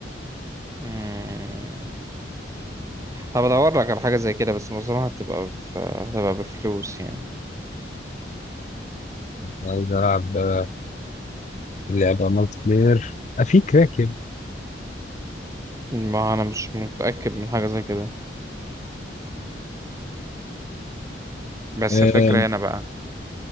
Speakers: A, on the right (about 15°); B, on the left (about 40°).
A: مم. هبدور لك على حاجة زي كده بس معظمها هتبقى في... هتبقى بفلوس يعني
B: عايز العب آه، لعبه مالتي بلاير آه، في كراك يعني.
A: ما انا مش متأكد من حاجة زي كده بس
B: اه
A: الفكرة هنا بقى